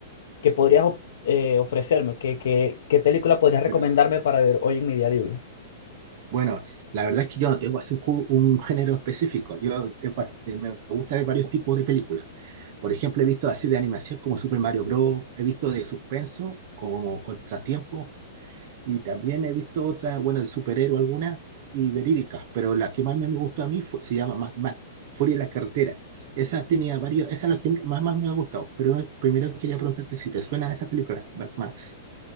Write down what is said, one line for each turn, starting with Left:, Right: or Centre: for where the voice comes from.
Left: qué podrías op- eh, ofrecerme, qué, qué, qué película podrías recomendarme
Right: Pero,
Left: para ver hoy en mi día libre.
Right: bueno, la verdad es que yo no tengo así un, ju- un género específico. Yo he pas- eh, me gusta ver varios tipos de películas. Por ejemplo, he visto así de animación como Super Mario Bros. He visto de suspenso como Contratiempo. Y también he visto otras, bueno, de superhéroe algunas y verídicas. Pero la que más me gustó a mí fue- se llama Mad Max, Furia en la carretera. Esa tenía varios, esa es la que más, más me ha gustado. Pero primero quería preguntarte si te suena esa película, Mad Max.